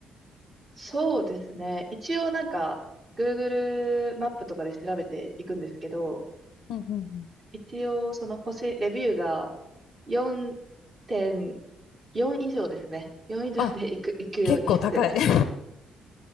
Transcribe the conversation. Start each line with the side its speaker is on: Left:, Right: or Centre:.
Right: そうですね。一応なんか Google マップとかで調べていくんですけど、
Left: うんうんうん。
Right: 一応、その星、レビューが4.4以上ですね。4以上で行く、
Left: あ、
Right: <laughs> 行くようにしてます。
Left: 結構高い。<laughs>